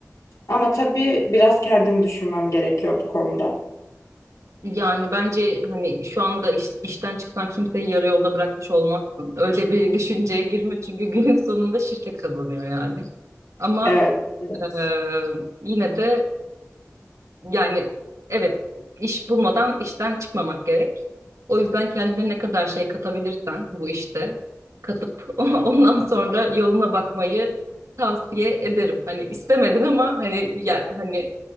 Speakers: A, on the left; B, on the right.
A: Ama tabii biraz kendimi düşünmem gerekiyor bu konuda.
B: Yani bence hani şu anda iş- işten çıksan kimseyi yarı yolda bırakmış olmazsın. Öyle bir düşünceye girme çünkü günün sonunda şirket kazanıyor yani. Ama
A: Evet, evet.
B: Ee, yine de yani evet iş bulmadan işten çıkmamak gerek. O yüzden kendine ne kadar şey katabilirsen bu işte katıp <laughs> ondan sonra yoluna bakmayı tavsiye ederim. Hani istemedin ama hani ya, hani